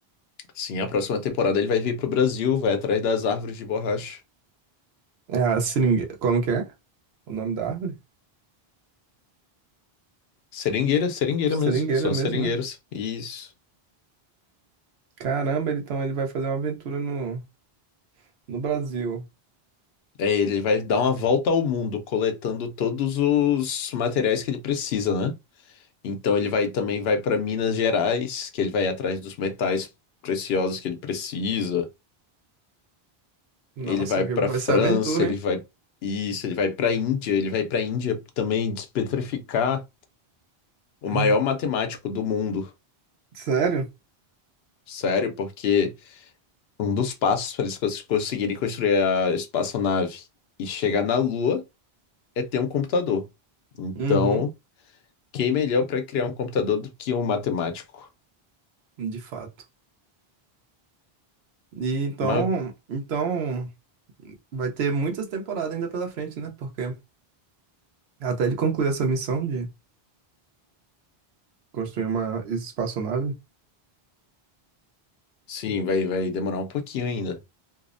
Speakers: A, on the left; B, on the right.
A: Sim, a próxima temporada ele vai vir pro Brasil, vai atrás das árvores de borracha.
B: É a seringueira. Como que é? O nome da árvore?
A: Seringueira, seringueira
B: Seringueira
A: mesmo. São
B: mesmo,
A: as seringueiras.
B: né?
A: Isso.
B: Caramba, ele- então ele vai fazer uma aventura no, no Brasil.
A: É, ele vai dar uma volta ao mundo, coletando todos os materiais que ele precisa, né? Então ele vai também vai para Minas Gerais, que ele vai atrás dos metais preciosos que ele precisa.
B: Nossa,
A: Ele vai
B: que
A: pra
B: vai
A: França,
B: ser aventura,
A: ele
B: hein?
A: vai isso, ele vai pra Índia, ele vai pra Índia também despetrificar o
B: <laughs>
A: maior matemático do mundo.
B: Sério?
A: Sério, porque um dos passos para eles cons- conseguirem construir a espaçonave e chegar na Lua é ter um computador. Então,
B: Uhum,
A: quem melhor para criar um computador do que um matemático?
B: de fato. E então,
A: Mas,
B: então vai ter muitas temporadas ainda pela frente, né? Porque até ele concluir essa missão de construir uma espaçonave.
A: sim, vai, vai demorar um pouquinho ainda.